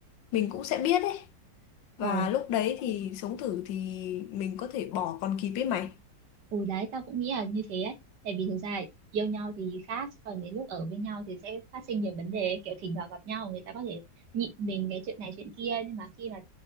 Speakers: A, on the left (about 80°); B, on the right (about 65°).
A: mình cũng sẽ biết ấy và
B: ờ
A: lúc đấy thì sống thử thì mình có thể bỏ còn kịp ấy mày
B: ừ đấy tao cũng nghĩ là như thế ấy tại vì thực ra yêu nhau thì khác còn đến lúc ở với nhau thì sẽ phát sinh nhiều vấn đề kiểu thỉnh thoảng gặp nhau người ta có thể nhịn mình cái chuyện này chuyện kia nhưng mà khi mà